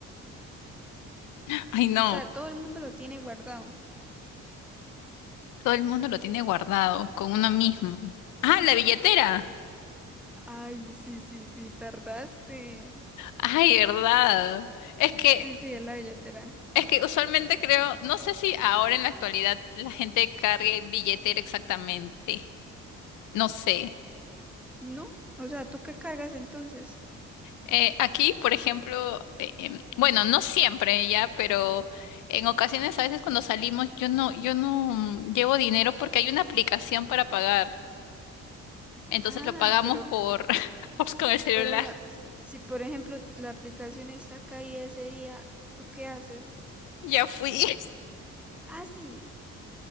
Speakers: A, on the left (about 85°); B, in the centre.
A: <laughs> Ay, no,
B: O sea, todo el mundo lo tiene guardado.
A: todo el mundo lo tiene guardado con uno mismo. Ah, la billetera.
B: Ay, sí, sí, sí, tardaste.
A: Ay, verdad. Es que,
B: Sí, sí, es la billetera.
A: es que usualmente creo, no sé si ahora en la actualidad la gente cargue billetera exactamente. No sé.
B: ¿No? O sea, ¿tú qué cargas entonces?
A: Eh, aquí, por ejemplo, eh, em, bueno, no siempre ya, pero en ocasiones a veces cuando salimos yo no, yo no mm, llevo dinero porque hay una aplicación para pagar. Entonces
B: Ah,
A: lo pagamos
B: pero,
A: por, <laughs> pues, con el celular.
B: pero bueno, s- si por ejemplo la aplicación está caída ese día, ¿tú qué haces?
A: Ya fui, <laughs>
B: Ah, sí.